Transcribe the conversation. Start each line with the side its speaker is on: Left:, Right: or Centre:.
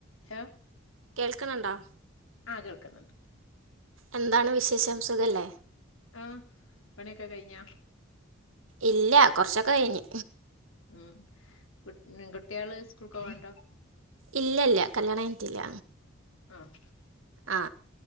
Left: ലൊ
Right: കേൾക്ക്ണണ്ടോ
Left: ആ കേൾക്ക്ന്ന്ണ്ട്
Right: എന്താണ് വിശേഷം സുഖല്ലേ?
Left: ആ പണി ഒക്കെ കഴിഞ്ഞാ?
Right: ഇല്ല കുറച്ചൊക്കെ കഴിഞ്ഞ്
Left: മ് കുട് കുട്ടിയാള് സ്കൂൾക്കൊവ്ണ്ടോ?
Right: ഇല്ല ഇല്ല കല്യാണ കയ്യിട്ടില്ല
Left: ആഹ്
Right: ആ